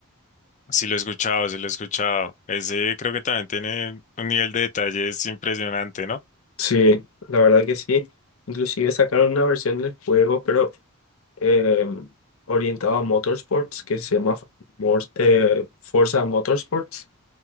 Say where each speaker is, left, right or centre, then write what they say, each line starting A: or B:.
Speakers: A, on the left; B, on the left.
A: sí lo he escuchado, sí lo he escuchado. Ese creo que también tiene un nivel de detalles impresionante, ¿no?
B: Sí, la verdad que sí. Inclusive sacaron una versión del juego, pero eh, orientado a motorsports, que se llama Mor- eh, Forza Motorsports,